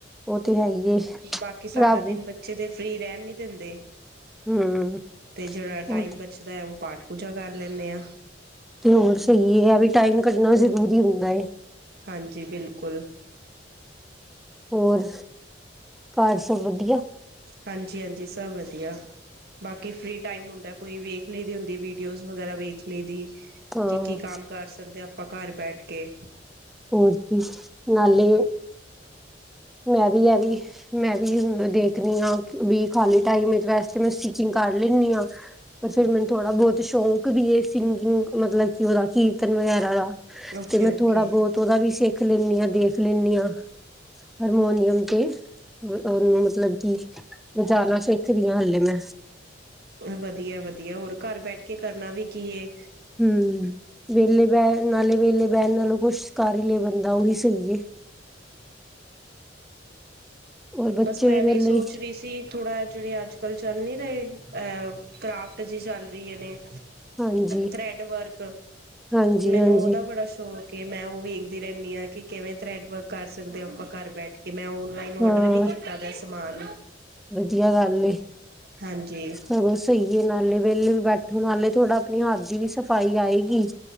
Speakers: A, in the centre; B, on the right (about 60°).
A: ਉਹ ਤੇ ਹੈ ਹੀ ਏ,
B: ਬਾਕੀ ਸਾਰਾ
A: ਰੱਬ
B: ਦਿਨ ਬੱਚੇ ਤੇ ਫ੍ਰਰੀ ਰਹਿਣ ਨੀ ਦਿੰਦੇ।
A: ਹਮ
B: ਤੇ ਜਿਹੜਾ ਟਾਈਮ
A: ਉਹ
B: ਬਚਦਾ ਹੈ, ਉਹ ਪਾਠ ਪੂਜਾ ਕਰ ਲੈਂਣੇ ਆ।
A: ਤੇ ਹੋਰ ਸਹੀ ਹੈ, ਆ ਵੀ ਟਾਈਮ ਕੱਢਨਾ ਜਰੂਰੀ ਹੁੰਦਾ ਹੈ।
B: ਹਾਂਜੀ, ਬਿਲਕੁਲ
A: ਹੋਰ, ਘਰ ਸਭ ਵਧੀਆ
B: ਹਾਂਜੀ, ਹਾਂਜੀ ਸਭ ਵਧੀਆ, ਬਾਕੀ ਫਰੀ ਟਾਈਮ ਹੁੰਦਾ ਕੋਈ ਵੇਖ ਲਈ ਦੀ ਹੁੰਦੀ ਵੀਡੀਓਜ਼ ਵਗੈਰਾ ਵੇਖ ਲਈ ਦੀ।
A: ਹਾਂ
B: ਕੀ, ਕੀ ਕੰਮ ਕਰ ਸਕਦੇ ਹ ਆਪਾਂ ਘਰ ਬੈਠ ਕੇ
A: ਹੋਰ ਕੀ ਨਾਲੇ ਮੈਂ ਵੀ ਇਹ ਵੀ ਮੈਂ ਵੀ ਹ ਦੇਖਣੀ ਹਾਂ ਵੀ ਖਾਲੀ ਟਾਈਮ ਵਿੱਚ ਵੈਸੇ ਤੇ ਮੈਂ ਸਟਿਚਿੰਗ ਕਰ ਲੈਂਣੀ ਆ। ਪਰ ਫੇਰ ਮੈਨੂੰ ਥੋੜਾ ਬਹੁਤ ਸ਼ੌਂਕ ਵੀ ਸਿੰਗਿੰਗ ਮਤਲਬ ਕਿ ਉਹਦਾ ਕੀਰਤਨ ਵਗੈਰਾ ਦਾ
B: ਓਕੇ
A: ਤੇ ਮੈਂ
B: ਓਕੇ
A: ਥੋੜਾ ਬਹੁਤ ਉਹਦਾ ਵੀ ਸਿੱਖ ਦੇਖ ਲੈਂਨੀ ਆ, ਦੇਖ ਲੈਂਨੀ ਆ। ਹਾਰਮੋਨੀਅਮ ਤੇ, ਉਹਨੂੰ ਮਤਲਬ ਕਿ ਵਜਾਣਾ ਸਿੱਖਰੀ ਹਾਂ ਹਲੇ ਮੈਂ
B: ਵਧੀਆ, ਵਧੀਆ ਹੋਰ ਘਰ ਬੈਠ ਕੇ ਕਰਨਾ ਵੀ ਕੀਏ।
A: ਹੁੰ ਵੇਲੇ ਬੈ ਨਾਲੇ ਵੇਲੇ ਬਹਿਣ ਨਾਲੋਂ ਕੁੱਛਕਾਰ ਹੀ ਲਿਆ ਬੰਦਾ ਉਹੀ ਸਹੀ ਏ। ਔਰ ਬੱਚੇ
B: ਬਸ ਮੈਂ
A: ਵਿਹਲੇ
B: ਵੀ ਸੋਚ ਰਹੀ ਸੀ, ਥੋੜਾ ਜਿਹੜੇ ਅੱਜ ਕੱਲ੍ਹ ਚੱਲ ਨੀ ਰਹੇ ਐ ਕਰਾਫਟ ਜਿ ਚੱਲ ਰਹੀ ਹੈ ਨੇ
A: ਹਾਂਜੀ
B: ਥਰੈਡ ਵਰਕ
A: ਹਾਂਜੀ
B: ਮੈਨੂੰ
A: ਹਾਂਜੀ
B: ਉਹਦਾ ਬੜਾ ਸ਼ੌਕ ਕੇ ਮੈਂ ਉਹ ਵੇਖਦੀ ਰਹਿੰਦੀ ਹਾਂ ਕਿ ਕਿਵੇਂ ਥਰੈਡ ਵਰਕ ਕਰ ਸਕਦੇ ਹੋ ਆਪਾਂ ਘਰ ਬੈਠ ਕੇ। ਮੈਂ ਓਨਲਾਈਨ ਔਡਰ
A: ਹਾਂ
B: ਵੀ ਕੀਤਾ ਦਾ ਸਮਾਨ
A: ਵਧੀਆ ਗੱਲ ਏ।
B: ਹਾਂਜੀ।
A: ਸਗੋਂ ਸਹੀ ਨਾਲੇ ਵੇਹਲੇ ਵੀ ਬੈਠੋ ਨਾਲੇ ਥੋੜਾ ਆਪਣੀ ਹੱਥ ਦੀ ਵੀ ਸਫ਼ਾਈ ਆਏ